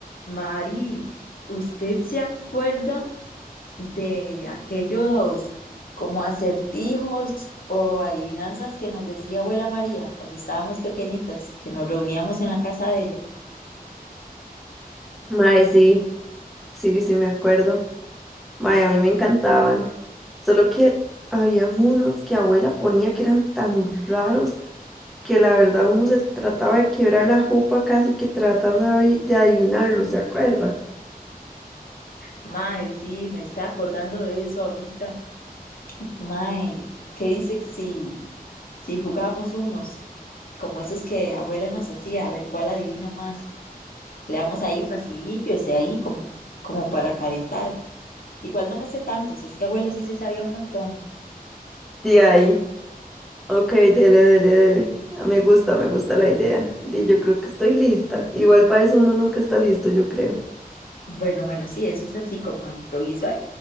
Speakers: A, on the left; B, in the centre.
A: Mari, ¿usted se acuerda de aquellos como acertijos o adivinanzas que nos decía abuela María cuando estábamos pequeñitas, que nos reuníamos en la casa de ella?
B: Mae, sí, sí, sí, me acuerdo. Mae, a mí me encantaban. Solo que habían unos que abuela ponía que eran tan raros que la verdad uno se trataba de quebrar la jupa casi que tratando de, avi- de adivinarlos, ¿se acuerda?
A: Mae, sí, me está acordando de eso ahorita. Mae, ¿qué dice que si, si jugamos unos como esos que abuela nos hacía? A ver cuál adivina más. Le damos ahí facilillo, ese ahí como, como para calentar. Igual no me sé tantos, es que abuela sí se sabía un montón.
B: De ahí. Ok, dele, dele, dele. Ah, Me gusta, me gusta la idea. Di, yo creo que estoy lista. Igual para eso uno nunca está listo, yo creo.
A: Bueno, bueno, sí, eso es así como de improviso. Ahí